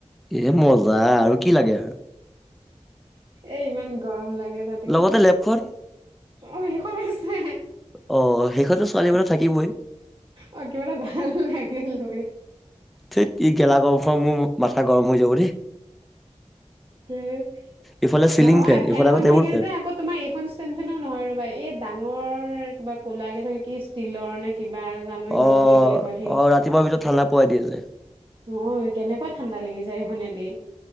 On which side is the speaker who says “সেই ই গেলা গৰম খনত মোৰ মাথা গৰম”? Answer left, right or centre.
Centre